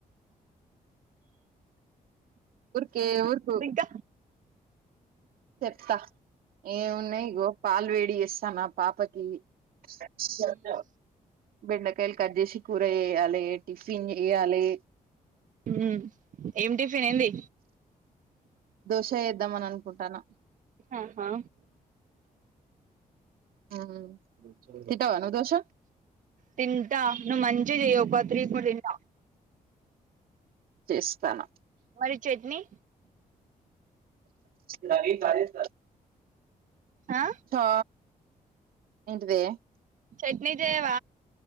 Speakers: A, on the right; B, on the right.
A: ఉర్కే ఉర్కు
B: ద
A: చెప్తా ఏమున్నాయి ఇగో పాలు వేడి చేస్తున్న పాపకి <unintelligible> బెండకాయలు కడ్ జేసి కూర చెయ్యలే టిఫిన్ జెయ్యాలే
B: హ్మ్మ్ ఏం టిఫిన్ ఏంది
A: దోష ఏద్దామనినుకుంటాన్న
B: ఆాహా
A: హ్మ్మ్ తింటావా నువు దోష
B: తింటా నువు మంచిగా చెయ్ ఒక త్రీ ఫోర్ తింట
A: చేస్తాను
B: మరి చట్నీ
A: నాగే కార్యస్త
B: ఆ
A: ఓ ఏంటిదే
B: చట్నీ జేయవ